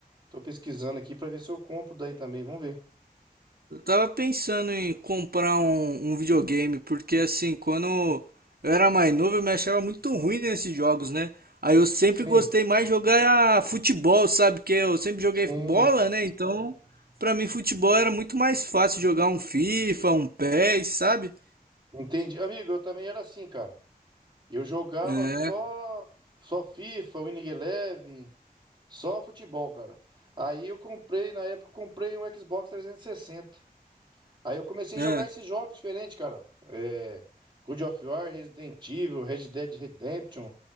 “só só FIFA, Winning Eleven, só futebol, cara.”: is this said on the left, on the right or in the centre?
Right